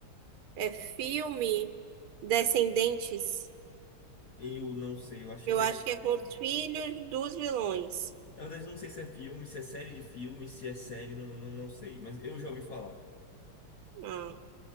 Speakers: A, on the right; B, on the left.
A: É filme? Descendentes?
B: Eu não sei, eu acho
A: Eu
B: que
A: acho
B: é
A: que é
B: filme.
A: com os filhos dos vilões.
B: Na verdade, eu não sei se é filme, se é série de filme, se é série, não, não, não sei. Mas eu já ouvi falar.
A: Ah,